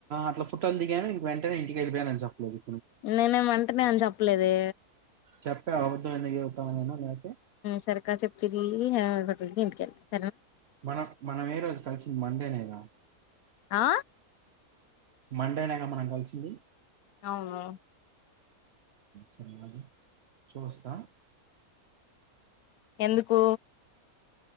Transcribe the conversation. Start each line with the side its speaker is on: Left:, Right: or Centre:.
Right: అట్లా ఫొటోలు దిగాను ఇంక వెంటనే ఇక వెళ్లిపోయానని జెప్పలేదు
Left: నేనేమి వెంటనే అని చెప్పలేదే
Right: చెప్పే అబద్ధంమన్నీవుతానుమేనా న
Left: సర్కా చెప్తిరి <unintelligible> ఇంటికెల్లా
Right: మనం మనం ఏ రోజు కలిసింది మండేనే గా
Left: ఆ
Right: మండేనేగా మనం కలిసింది
Left: అవును
Right: సరే అ చూస్తా
Left: ఎందుకు